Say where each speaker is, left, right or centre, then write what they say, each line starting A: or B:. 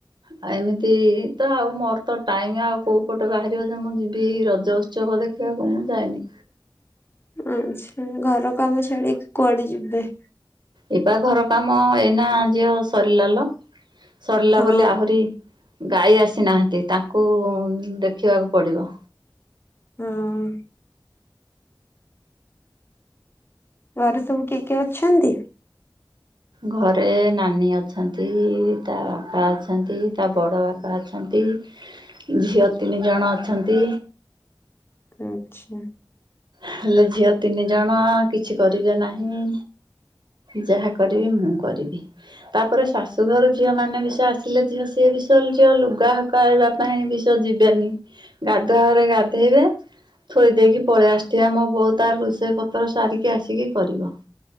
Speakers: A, on the right; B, on the left.
A: ଆଉ ଏମିତି ତ ଆଉ ମୋର ତ ଟାଇମ ଆଉ କୋଉ ପଟେ ବାହାରିବ ଯେ ମୁଁ ଯିବି ରଜ ଉତ୍ସବ ଦେଖି। ସେ କନ ଯାଇନି।
B: ଆଛା ଘର କାମ ଛାଡିକି କୁଆଡେ ଯିବେ।
A: ଏ ପା ଘର କାମ ଏଇନା ଝିଅ ସରିଲାଲ। ସରିଲା
B: ହଁ
A: ବୋଲି ଆହୁରି ଗାଈ ଆସିନାହାନ୍ତି ତାଙ୍କୁ ଦେଖିବାକୁ ପଡିବ।
B: ହଁ। ଘରେ ସବୁ କିଏ କିଏ ଅଛନ୍ତି।
A: ଘରେ ନାନୀ ଅଛନ୍ତି ତା ବାପା ଅଛନ୍ତି ତା ବଡ଼ ବାପା ଅଛନ୍ତି। ଝିଅ ତିନି ଜଣ ଅଛନ୍ତି।
B: ଆଛା।
A: ହେଲେ ଝିଅ ତିନି ଜଣ କିଛି କରିବେ ନାହିଁ। ଯାହା କରିବି ମୁଁ କରିବି ତାପରେ ଶାଶୁଘରୁ ଝିଅ ମାନେ ବିଷ ଆସିଲେ ଝିଅ ସିଏ ବିଷ ଝିଅ ଲୁଗା ହକାଇବା ପାଇଁ ବିଷ ଯିବେନି। ଗାଧୁଆଘରେ ଗାଧେଇବେ ଥୋଇ ଦେଇକି ପଳେଇ ଆସ ସେ ମୋ ବୋଉ ତାର ରୋଷେଇ ପତ୍ର ସାରିକି ଆସିକି କରିବ।